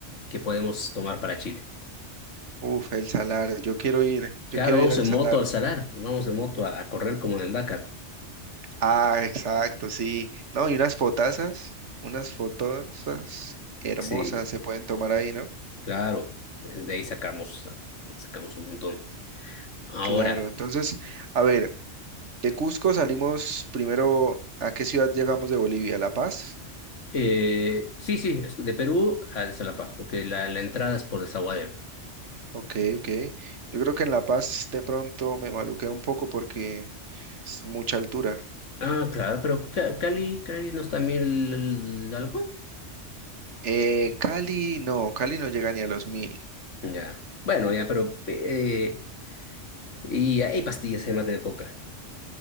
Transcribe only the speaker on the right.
Uf, el Salar, yo quiero ir, yo
quiero
ir al
Salar.
Ah, exacto, sí. No, y unas fotazas, unas fotosas hermosas
se pueden tomar ahí, ¿no?
Claro, entonces, a ver, de Cusco salimos primero, ¿a qué ciudad llegamos de Bolivia? ¿La Paz?
Ok, ok. Yo creo que en La Paz de pronto me maluqué un poco porque es mucha altura.
Eh, Cali, no, Cali no llega ni a los mil.